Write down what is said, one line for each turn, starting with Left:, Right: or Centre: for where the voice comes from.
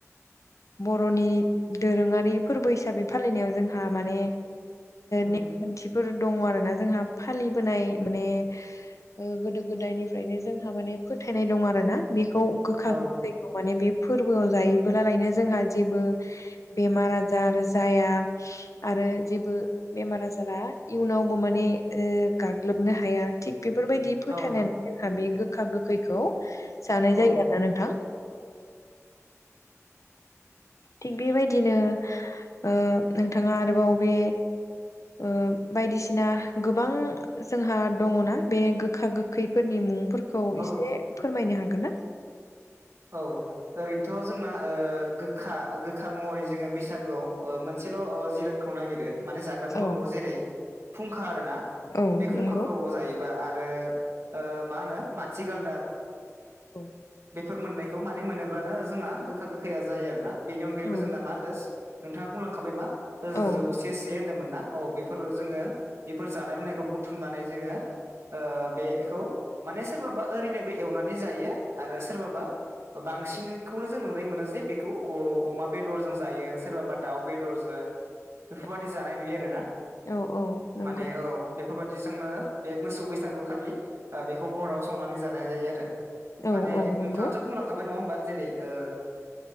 Left: बर'नि दोरोङारि फोरबो हिसाबै फालिनायाव जोंहा माने
Right: औ
Left: नेम खान्थिफोर दङ आरोना जोंहा फालिबोनाय माने ओ गोदो गोदायनिफ्रायनो जोंहा माने फोथायनाय दं आरोना बेखौ गोखा
Right: औ
Left: गोखै औ माने बे फोरबोआव जायोबोलालायनो जोंहा जेबो बेमार आजार जाया आरो जेबो बेमार आजारा इयुनावबो माने गाग्लोबनो हाया थिग बेफोरबायदि
Right: औ
Left: फोथायना जोंहा बे गोखा गोखैखौ जानाय
Right: औ
Left: जायो आरो नोंथां <inaudible> थिग बेबायदिनो ओ नोंथाङा आरोबाव बे ओ बायदिसिना गोबां जोंहा दङना बे गोखा गोखैफोरनि मुंफोर खौ
Right: औ
Left: एसे फोरमायनो हागोन ना।
Right: औ ओरैनोथ' जोंना ओ गोखा गोखा महरै जोंङो बैसागुआव मोनसेल' जिराद खौ नायगिरो माने जाग्रा मुवाखौ
Left: औ
Right: जेरै फुंखा आरोना
Left: औ
Right: बे फुंखाखौ
Left: नंगौ
Right: जायोबा आरो ओ मा होनो माथिगालदाब
Left: औ
Right: फोर मोननायखौ माने मोनोब्लानो जोंना गोखा गोखाया जायो आरोना बेनि अनगायैबो
Left: औ
Right: जोंना मा होनदों नोंथाङा बुंलांखाबाय मा
Left: औ
Right: जौसे से होन्दोंमोन ना औ बेफोर जोंङो बेफोर जानाय लोंनायखौ बुथुमनानै जोंङो ओ बेखौ माने सोरबाबा ओरैनोबो एवनानै जायो आरो सोरबाबा बांसिनखौनो जों नुनाय मोनो जे बेखौ अमा बेदरजों जायो सोरबाबा दाउ बेदरजों
Left: <inaudible>
Right: बेफोरबायादि जानाय नुयो आरो ना
Left: औ औ नंगौ
Right: माने औ बेफोरबायदि जोंनो बे मोसौ बैसागु खालि बेखौ हराव संनानै जानाय जायो आरो।
Left: औ
Right: माने
Left: औ नं
Right: नोंथाङाथ' बुंलांखाबाय नङा होमबा जेरै ओ